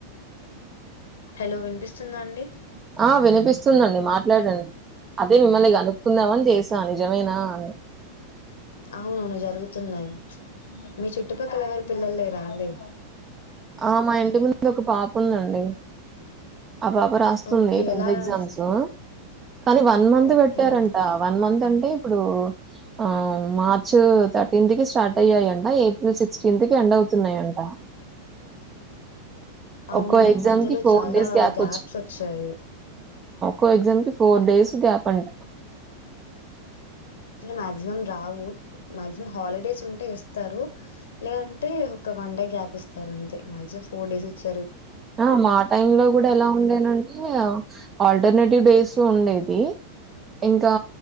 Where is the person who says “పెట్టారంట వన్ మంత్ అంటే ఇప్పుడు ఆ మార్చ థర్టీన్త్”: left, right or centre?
Right